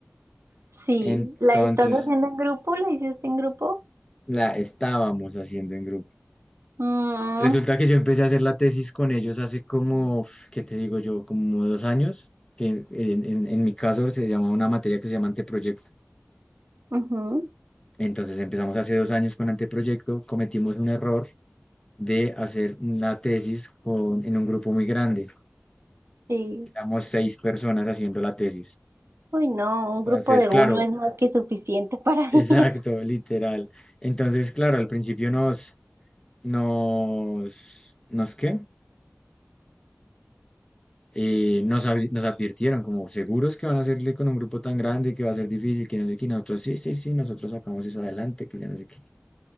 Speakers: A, on the right; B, on the left.
A: Sí.
B: Entonces
A: ¿La estás haciendo en grupo? ¿La hiciste en grupo?
B: la estábamos haciendo en grupo
A: Mm,
B: Resulta que yo empecé a hacer la tesis con ellos hace como, uf, ¿qué te digo yo? Como dos años, que en, en- en mi caso se llama una materia que se llama anteproyecto.
A: ujú,
B: Entonces empezamos hace dos años con anteproyecto, cometimos un error de hacer la tesis con, en un grupo muy grande.
A: Sí.
B: Éramos seis personas haciendo la tesis.
A: Uy, no, un
B: Entonces,
A: grupo de
B: claro,
A: uno es más que suficiente para
B: exacto,
A: <laughs> eso.
B: literal. Entonces, claro, al principio nos, nos, ¿nos qué? eh, nos, avi- nos advirtieron como seguros que van a hacerle con un grupo tan grande que va a ser difícil, que no sé qué, y nosotros sí, sí, sí, nosotros sacamos eso adelante, que ya no sé qué.